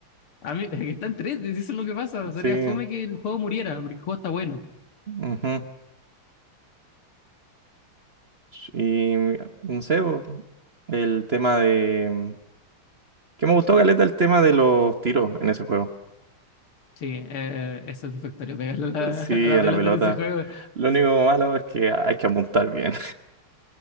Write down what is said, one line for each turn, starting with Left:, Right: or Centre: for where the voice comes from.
Left: A mí, <laughs> es que están tres, eso es lo que pasa. Sería
Right: Sí.
Left: fome que el juego muriera, porque el juego está bueno.
Right: ujú. Y no sé, bo, el tema de... mm, Que me gustó, Galeta, el tema de los tiros en ese juego.
Left: Sí, eh, es satisfactorio pegarle a la,
Right: Sí,
Left: <laughs> a la
Right: a
Left: pelota
Right: la pelota.
Left: en ese juego.
Right: Lo único malo es que hay que apuntar bien.